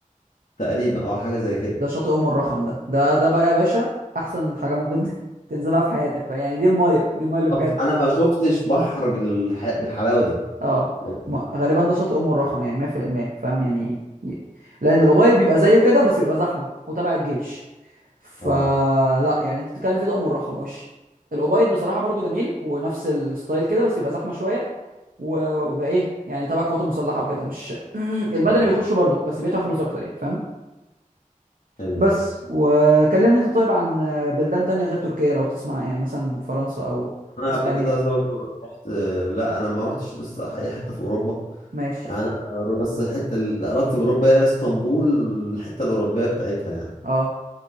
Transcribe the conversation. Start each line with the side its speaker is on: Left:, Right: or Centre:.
Left: تقريبا او حاجه زي كده
Right: ده شاطئ ام الرخم ده ده ده بقى يا باشا احسن حاجه ممكن <laughs> تنزلها في حياتك يعني دي الميه دي الميه اللي
Left: طب
Right: بجد
Left: انا ما شفتش بحر بالح... بالحلاوه دي
Right: اه
Left: والله
Right: ما- غالبا ده شاطئ ام الرخم يعني 100% فاهم يعني ي- لان الابيض بيبقى زيه كده بس بيبقى زحمه وتبع الجيش فلا
Left: اه
Right: يعني انت بتتكلم في ده ام الرخم وش الابيض بصراحه برضو جميل ونفس الستايل كده بس بيبقى زحمه شويه و- وبقى ايه يعني تبع القوات المسلحه وكده مش <clears throat> المدني
Left: حلو
Right: بيخشوا برضو بس بيدفع فلوس اكتر يعني فاهم
Left: حلو
Right: بس
Left: ده
Right: وكلمني انت طيب عن بلدان تانية غير تركيا لو تسمع يعني مثلا فرنسا او
Left: انا
Right: اسبانيا
Left: قبل كده اصلا برضه رحت لا انا ما رحتش لسه اي حته في اوروبا
Right: ماشي
Left: يعني انا بس الحته اللي علاقتي باوروبا هي اسطنبول الحته الاوروبيه بتاعتها يعني
Right: اه